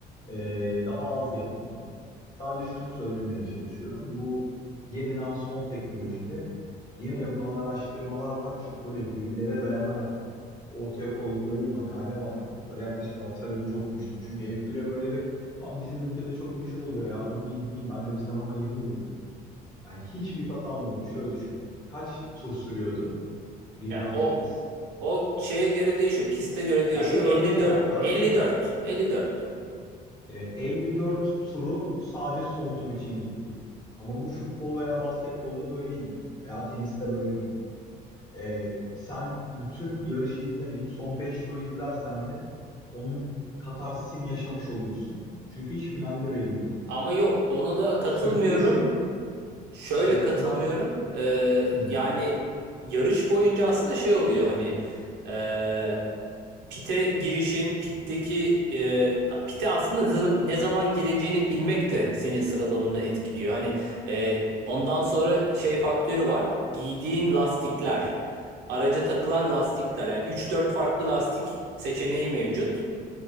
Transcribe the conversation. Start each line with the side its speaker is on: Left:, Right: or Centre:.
Left: eee, daha az yapmaz. Sadece şunu söylemeye çalışıyorum. Bu gelinen son teknolojide yine yapılan araştırmalardan çok böyle verilere dayanarak ortaya koydukları bir makale vardı. Böyle yaklaşık 6 ay önce okumuştum. Çünkü F1'e böyle bir lan bizim ülkede çok meşhur oluyor ya dur bir izleyeyim ben de bir zaman ayırayım dedim. Yani hiçbir tat almadım. Şöyle düşün. Kaç tur sürüyordu? bir
Right: Yani
Left: Grand
Right: o
Left: Prix.
Right: o şeye göre değişiyor, piste göre değişiyor.
Left: Ya bir örnek
Right: 54
Left: ver, örnek
Right: 54
Left: ver.
Right: 54.
Left: E, 54 turu sadece son tur için izliyoruz. Ama bu futbol veya basketbolda böyle değildir. Veya teniste böyle değildir. E, sen bütün yarışı izlemeyip son 5 turu izlersen de onun katarsisini yaşamış oluyorsun. Çünkü iş finalde belli oluyor. Evet.
Right: Ama yok ona da katılmıyorum.
Left: Sürprizi
Right: Şöyle
Left: işte
Right: katılmıyorum.
Left: ben
Right: Ee,
Left: hı,
Right: yani yarış boyunca aslında şey oluyor hani e, pite girişin pitteki e, pite aslında ne zam- ne zaman gireceğini bilmek de senin sıralamanı etkiliyor. Hani e, ondan sonra şey faktörü var. Giydiğin lastikler, araca takılan lastikler yani üç dört farklı lastik seçeneği mevcut.